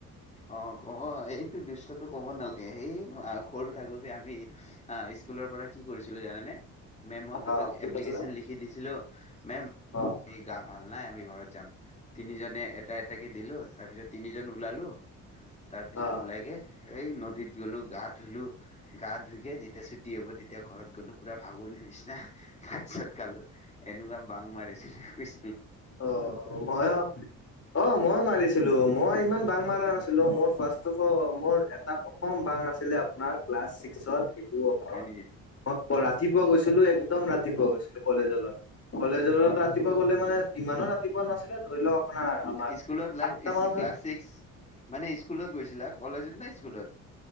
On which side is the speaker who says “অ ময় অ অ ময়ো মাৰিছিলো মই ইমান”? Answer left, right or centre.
Left